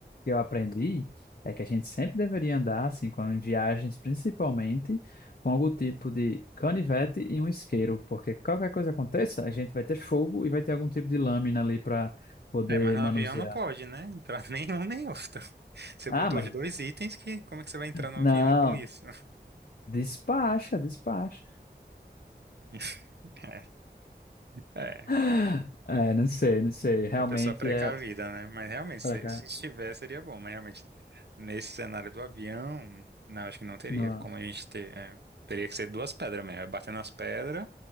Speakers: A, on the left; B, on the right.
A: eu aprendi é que a gente sempre deveria andar, assim, quando em viagens, principalmente, com algum tipo de canivete e um isqueiro, porque qualquer coisa aconteça, a gente vai ter fogo e vai ter algum tipo de lâmina ali para poder
B: É, mas no
A: manusear.
B: avião não pode, né? Entrar <laughs> nenhum nem outro. Você
A: Ah,
B: botou
A: mas
B: os dois itens que como é que você vai entrar no
A: não,
B: avião com isso?
A: despacha, despacha.
B: <laughs> É, é,
A: <gasps> É, não sei, não sei. Realmente
B: a pessoa precavida,
A: é
B: né? Mas realmente,
A: para
B: se,
A: cá.
B: se estiver, seria bom. Mas realmente, nesse cenário do avião, não, acho que não teria
A: Não.
B: como a gente ter. é. teria que ser duas pedras mesmo. é Batendo as pedras